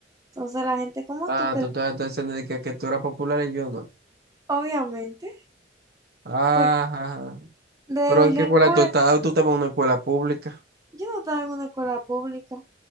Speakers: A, on the right; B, on the right.
A: Entonces la gente como
B: Ah,
A: tú, que
B: tú estás estás diciendo de que, que tú eras popular y yo no.
A: obviamente.
B: Ah,
A: porque
B: ajá.
A: De
B: Pero ¿en
A: la
B: qué escuela
A: escuela,
B: tú estabas? Tú estabas en una escuela pública.
A: yo no estaba en una escuela pública.